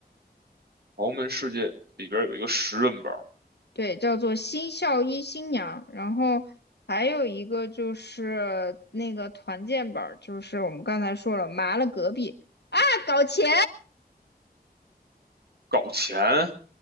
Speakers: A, on the right; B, on the left.
A: 豪门世界里边有一个十人本儿
B: 对，叫做《新校医新娘》，然后还有一个就是那个团建本儿，就是我们刚才说了，麻了隔壁，大搞钱。
A: 搞钱，